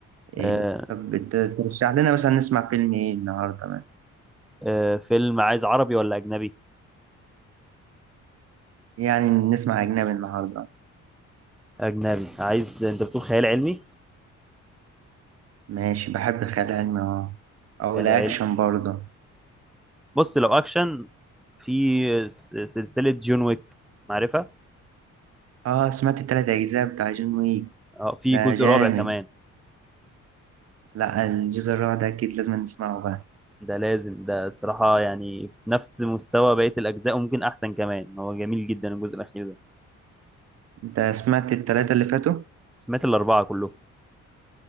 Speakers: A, on the right; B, in the centre.
A: إيه،
B: آه
A: طب بت- ترشح لنا مثلا نسمع فيلم إيه النهاردة مثلا
B: آه فيلم عايز عربي ولا أجنبي؟
A: يعني نسمع أجنبي النهاردة
B: أجنبي عايز أنت بتقول خيال علمي؟
A: ماشي بحب الخيال العلمي اه أو
B: خيال
A: الأكشن
B: علمي
A: برضه
B: بص لو أكشن في س- سلسلة جون ويك معرفة؟
A: اه سمعت التلات أجزاء بتاع جون ويك
B: اه في
A: ده
B: جزء
A: جامد
B: رابع كمان
A: لا الجزء الرابع ده أكيد لازم نسمعه بقى
B: ده لازم ده الصراحة يعني في نفس مستوى بقية الأجزاء وممكن أحسن كمان هو جميل جدا الجزء الأخير ده
A: أنت سمعت التلاتة اللي فاتوا؟
B: سمعت الأربعة كلهم